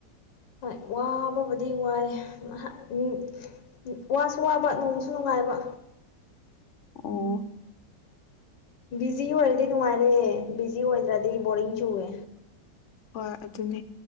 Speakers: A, on the left; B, on the left.
A: ꯍꯣꯏ ꯋꯥꯕꯕꯨꯗꯤ ꯋꯥꯏ ꯎꯝ ꯋꯥꯁꯨ ꯋꯥꯕ ꯅꯣꯡꯁꯨ ꯅꯨꯡꯉꯥꯏ ꯍꯥꯏꯕ
B: ꯑꯣ
A: ꯕꯤꯖꯤ ꯑꯣꯏꯔꯗꯤ ꯅꯨꯡꯉꯥꯏꯔꯦ ꯕꯤꯖꯤ ꯑꯣꯏꯗ꯭ꯔꯗꯤ ꯕꯣꯔꯤꯡ ꯆꯨꯋꯦ
B: ꯍꯣꯏ ꯑꯗꯨꯅꯦ